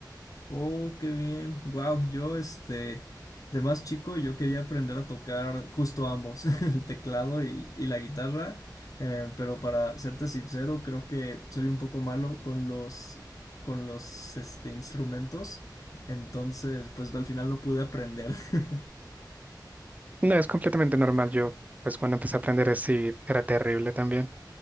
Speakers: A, on the left (about 50°); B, on the right (about 20°).
A: Oh, qué bien. Wow, yo este de más chico yo quería aprender a tocar justo ambos, <laughs> el teclado y, y la guitarra, eh, pero para serte sincero, creo que soy un poco malo con los con los este instrumentos, entonces pues al final no pude aprender. <laughs>
B: No, es completamente normal, yo pues cuando empecé a aprender así era terrible también,